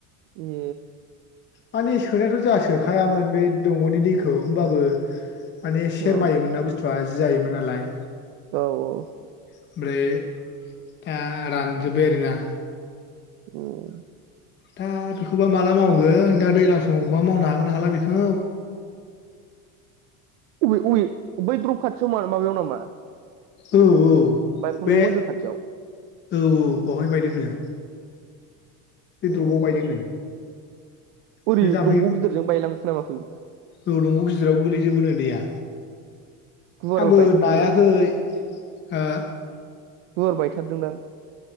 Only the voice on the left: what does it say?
माने सोनायाथ जाहा सोखायामोन बे दंगनि दैखौ होमबाबो माने सेरमायोमोन
ना बुस्थुआ जि जायोमोन नालाय।
ओमफ्राय दा रानजोब्बाय आरोना।
दा बेखौबा माला मावगोन दा दैज्लां समावबा मावनो हागोनना हाला बेखौ।
औ औ
बे
औ औ बवहाय बायदोंनो बे
द्रुपाव बायदोंनो
बे जाम्फै
औ दंग गिदिराव गोलैजोबोनो दैैया
आंबो
नायाखै हो